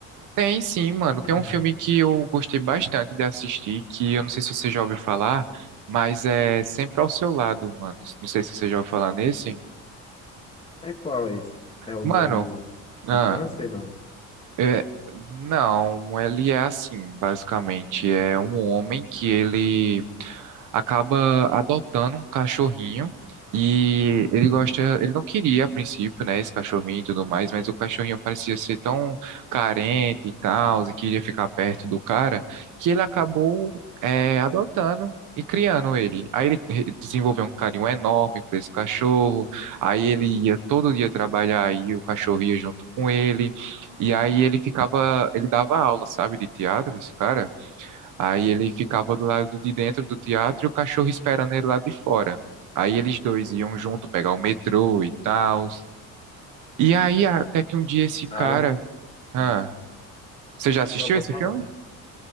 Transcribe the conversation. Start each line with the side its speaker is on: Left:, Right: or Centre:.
Right: Tem sim, mano. Tem
Left: <clears throat>
Right: um filme que eu gostei bastante de assistir, que eu não sei se você já ouviu falar, mas é Sempre ao Seu Lado, mano. Não sei se você já ouviu falar nesse.
Left: É qual esse? É o
Right: Mano,
Left: do do
Right: ah,
Left: câncer, não?
Right: é, não, ele é assim, basicamente. É um homem que ele acaba adotando um cachorrinho e ele gosta, ele não queria a princípio, né, esse cachorrinho e tudo mais, mas o cachorrinho parecia ser tão carente e tal, e queria ficar perto do cara, que ele acabou é, adotando. E criando ele. Aí ele re- desenvolveu um carinho enorme por esse cachorro. Aí ele
Left: Hum.
Right: ia todo dia trabalhar e o cachorro ia junto com ele. E aí ele ficava, ele dava aula, sabe, de teatro, esse cara. Aí ele ficava do lado de dentro do teatro e o cachorro esperando ele lá de fora. Aí eles dois iam junto pegar o metrô e tal. E aí até que um dia esse cara,
Left: Aí,
Right: ah,
Left: sim.
Right: você já assistiu
Left: Não, pode
Right: esse
Left: falar.
Right: filme?